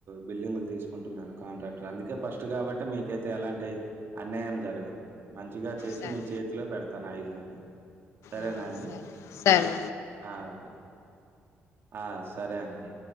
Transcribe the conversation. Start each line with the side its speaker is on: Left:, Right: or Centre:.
Right: బిల్డింగులు తీసుకుంటున్నాను కాంట్రాక్టర్ అందుకే ఫస్ట్ కాబట్టి మీకైతే ఎలాంటి అన్యాయం జరగదు మంచిగా చేసి
Left: సరే
Right: మీ చేతిలో పెడ తాను ఆ ఇల్లుని సరేనా
Left: ఆ
Right: అండి
Left: సరే సరే
Right: ఆ అండి ఆ సరే అండి